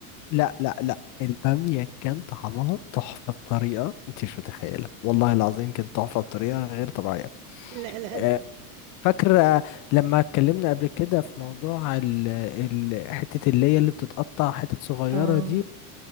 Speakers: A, on the left; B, on the right.
A: لا لا لا البامية كان طعمها تحفة بطريقة انت مش متخيلة والله العظيم كانت تحفة بطريقة غير طبيعية
B: لا لا لا
A: آه، فاكرة لما اتكلمنا قبل كده في موضوع ال ال حتة اللي هي اللي بتتقطع حتت صغيرة
B: اه
A: دي